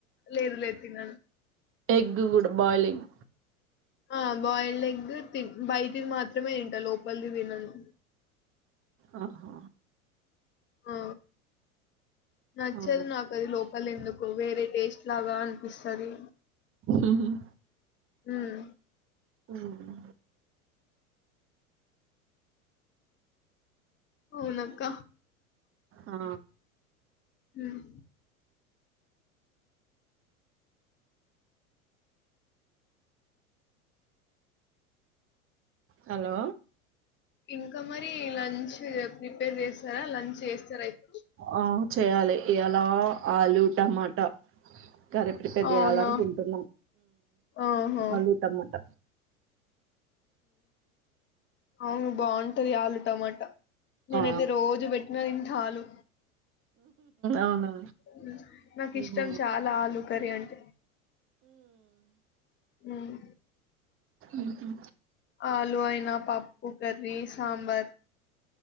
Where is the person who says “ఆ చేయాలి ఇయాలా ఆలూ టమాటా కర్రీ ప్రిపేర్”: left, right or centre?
Right